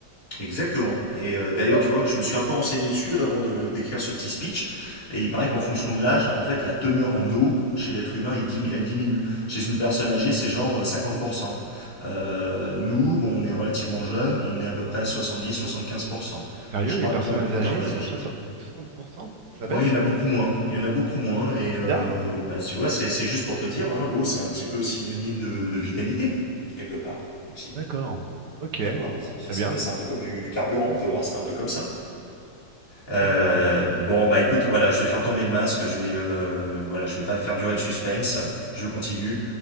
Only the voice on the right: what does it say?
Sérieux,
les personnes
âgées,
c'est
60, 60%? Ça
baisse?
C'est bizarre.
D'accord. Ok.
Non,
très
bien.
D'accord.